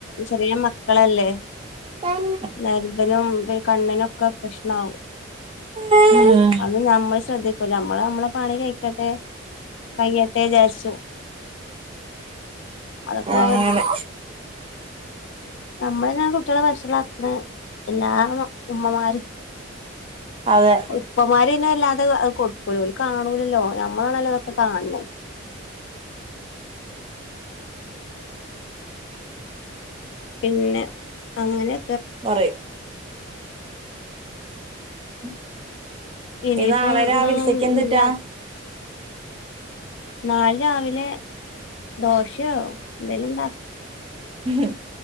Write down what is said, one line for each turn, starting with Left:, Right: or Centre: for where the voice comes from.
Left: ചെറിയ മക്കളല്ലേ
Right: ഉം
Left: നർഭനും കണ്ണി നോ ക്കെ പ്രശ്നവും
Right: ഉം
Left: അത് നമ്മസ് നമ്മള് നമ്മളെ പണി കഴിക്കട്ടെ കയ്യട്ടെ ജാരിച്ചു അതൊപ്പോ
Right: അങ്ങനെ
Left: അവർ നമ്മള കുട്ടികള് വഷലാക്കണ് എല്ലാ ഉമ്മമാർ
Right: അതെ
Left: ഉപ്പമാരെണ് അല്ലാതെ അത് കൊടുക്കൂല കാണൂലല്ലോ ഞമ് നമ്മളണല്ലതൊക്കെ കാണണേ പിന്നെ അങ്ങനെ
Right: പറയ് ഉം
Left: ഇനിയിപ്പം
Right: ഇനി നാളെ രാവിലത്തേക്ക്
Left: ഇതൊന്നും
Right: എന്തൂട്ടാ
Left: ഇല്ല നാളെ രാവിലെ ദോശയോ എന്തേലും ഉണ്ടാ
Right: ഉം